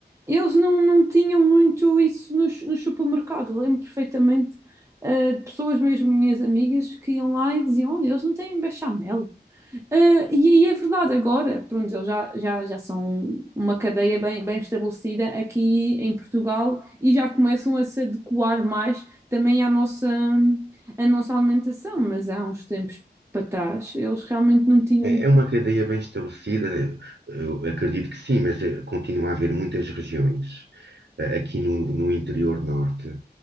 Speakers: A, on the right; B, on the right.
A: Eles não, não tinham muito isso nos, nos supermercados. Eu Lembro perfeitamente ah, de pessoas, mesmo minhas amigas, que iam lá e diziam: Olha, eles não têm bechamel. Ah, e, e é verdade, agora, pronto, eles já, já, já são uma cadeia bem, bem estabelecida aqui em Portugal e já começam a se adequar mais também à nossa, à nossa alimentação, mas há uns tempos para trás eles realmente não tinham.
B: É, é uma cadeia bem estabelecida, eu acredito que sim, mas ah, continua a haver muitas regiões uh, aqui no, no, interior norte,